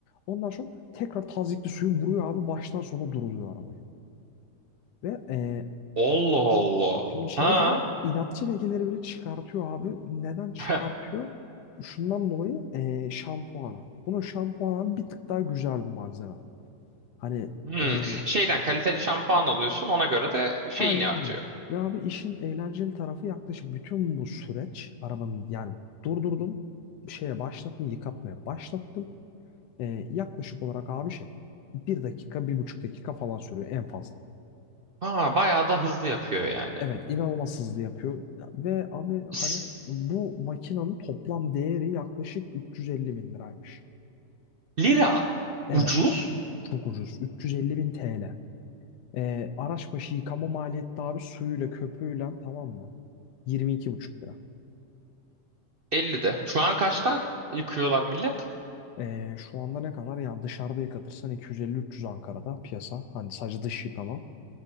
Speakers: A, on the left (about 80°); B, on the right (about 55°).
A: Ondan sonra tekrar tazyikli suyu vuruyor abi baştan sona duruluyor arabayı. Ve e,
B: Allah Allah.
A: Şimdi şey
B: Ha?
A: de inatçı lekeleri bile çıkartıyor abi. Neden çıkartıyor?
B: <laughs>
A: Şundan dolayı eee şampuana. Bunun şampuanı bir tık daha güzel bir malzeme. Hani
B: Hmm.
A: eee
B: Şeyden kaliteli şampuan alıyorsun ona göre de şeyini
A: aynen
B: artıyor.
A: öyle. Ve abi işin eğlenceli tarafı yaklaşık bütün bu süreç arabanın yani durdurdun şeye başlattın yıkatmaya başlattın. Eee, yaklaşık olarak abi şey bir dakika bir buçuk dakika falan sürüyor en fazla.
B: Ha bayağı da hızlı yapıyor yani.
A: Evet, inanılmaz hızlı yapıyor ve abi
B: S-
A: hani bu makinenin toplam değeri yaklaşık 350 bin liraymış.
B: Lira.
A: Evet,
B: Ucuz.
A: çok ucuz. 350 bin TL. Ee, araç başı yıkama maliyeti de abi suyuyla köpüğüyle tamam mı? yirmi iki buçuk lira.
B: 50'de. Şu an kaçtan yıkıyorlar millet?
A: Ee, şu anda ne kadar? Yani dışarıda yıkatırsan 250-300 Ankara'da piyasa. Hani sadece dış yıkama.